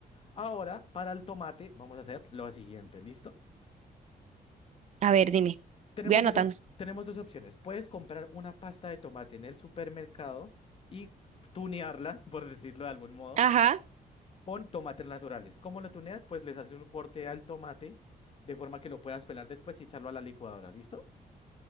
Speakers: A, on the left (about 35°); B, on the right (about 50°).
A: Ahora, para el tomate, vamos a hacer lo siguiente, ¿listo?
B: A ver, dime.
A: Tenemos
B: Voy anotando.
A: dos, op- tenemos dos opciones. Puedes comprar una pasta de tomate en el supermercado y tunearla, <laughs> por decirlo de algún modo
B: Ajá,
A: con tomates naturales. ¿Cómo lo tuneas? Pues les haces un corte al tomate de forma que lo puedas pelar después y echarlo a la licuadora, ¿listo?